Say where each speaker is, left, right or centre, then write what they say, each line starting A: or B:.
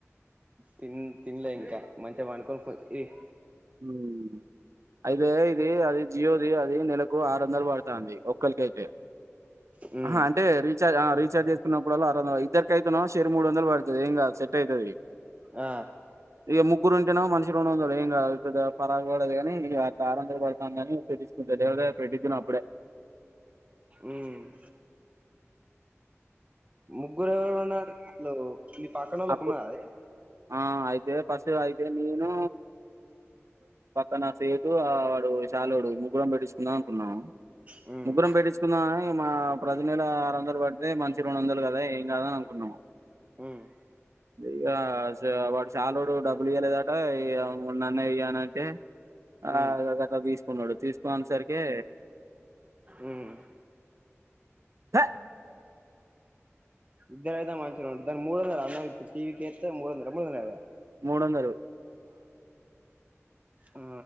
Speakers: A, on the right (about 30°); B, on the right (about 80°).
A: తిన్ తిన్లే ఇంకా, మంచిగా వాండుకొని ఫోన్ ఈ
B: హుమ్మ్ అయితే ఇది, అది జియోది అది నెలకు ఆరు వందలు పడతంది ఒక్కలికైతే.
A: హ్మ్
B: ఆహా అంటే రీచార్జ్, ఆ రీ ఛార్జ్ చేసుకున్నప్పుడల్ల, ఆరు వందలు. ఇద్దరికైతేనోమో షెరీ మూడు వందలు పడ్తది. ఏంకాద్ సేట్ అయితది.
A: ఆ
B: ఇగా ముగ్గురు ఉంటేమో మనిషికి రెండు వందలు ఏం కాదు పెద్ద పరాక్ పడదు గాని, ఇగా ఆరు వందలు పడతంది అని తె <unintelligible> <unintelligible> పెట్టికిన అప్పుడే
A: ఉమ్ ము ముగ్గురెవరున్నార్ <unintelligible> మీ పక్కన ఓళ్ళకి
B: అప్పుడు
A: ఉన్నా అది.
B: ఆ అయితే ఫస్ట్ అయితే నేను, పక్కన సేటు ఆడు చాలోడు ముగ్గురం పెట్టిచ్చుకుందాం అనుకున్నాము.
A: హ్మ్
B: ముగ్గురం పెట్టించుకుందామని, మా ప్రతి నెల ఆరొందలు పడి అదే మనిషి రెండు వందలు గదా, ఎంకాదు అని అనుకున్నాం.
A: ఉమ్
B: ఇగా స వాడు శాలోడు డబ్బులు ఇయ్యాలేదట, ఇగా ఉన్న అన్న ఇయ్యానంటే,
A: హ్మ్
B: ఆ ఇగ గట్ల తీసుకున్నాడు, తీసుకునే సరికె
A: ఉమ్
B: ద
A: ఇద్దరైతే మంచిగుండు. దానికి మూడువందల అన్న ఇప్పుడు టీవీకేత్తే మూడువదల, మూడువందల యాభై ఆ.
B: మూడొందలు
A: ఆ